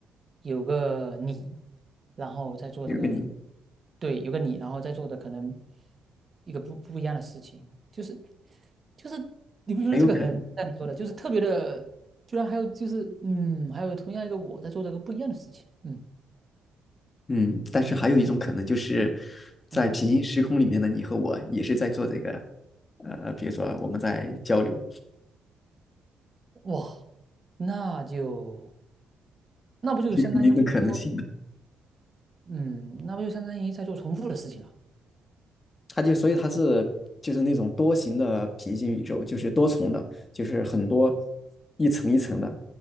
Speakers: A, on the right; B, on the left.
A: 有个你，然后在做这个，
B: 有个你
A: 对，有个你，然后在做的可能一个不不一样的事情，就是就是你不觉得这个很像你说的，
B: 很有可能，
A: 就是特别的，居然还有就是嗯，还有同样一个我在做这个不一样的事情，嗯
B: 嗯。但是还有一种可能就是在平行时空里面的你和我也是在做这个，
A: 嗯，
B: 呃，比如说我们在交流。
A: 哇，那就。那不就相当于说，
B: 肯定的可能性的。
A: 嗯，那不就相当于在做重复的事情了，
B: 它就所以它是就是那种多形的平行宇宙，就是多重的，就是很多一层一层的